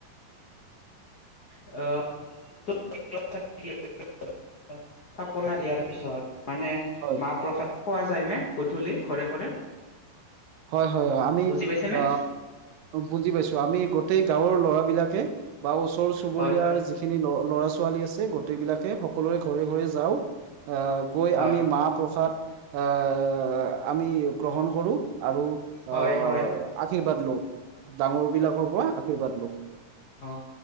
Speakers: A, on the left (about 80°); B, on the right (about 75°).
A: আ <unintelligible> থাপনা দিয়াৰ পিছত, মানে-
B: হয়
A: মাহ প্ৰসাদ খোৱা যায় নে গধূলি ঘৰে ঘৰে?
B: হয় হয় হয়, আমি
A: বুজি পাইছে নে
B: আ বুজি পাইছো আমি গোটেই গাঁওৰ ল'ৰা বিলাকে- বা ওচৰ চুবুৰীয়াৰ
A: হয় হয়
B: যিখি- খিনি ল'ৰা ছোৱালী আছে, গোটেই বিলাকে সকলোৰে ঘৰে ঘৰে যাওঁ, আ- গৈ
A: হয়
B: আমি মাহ প্ৰসাদ আ আমি গ্ৰহণ কৰোঁ আৰু-
A: হয়,
B: আহ
A: হয়।
B: আশীৰ্বাদ লওঁ, ডাঙৰ বিলাকৰ পৰা আশীৰ্বাদ লওঁ।
A: অঁ,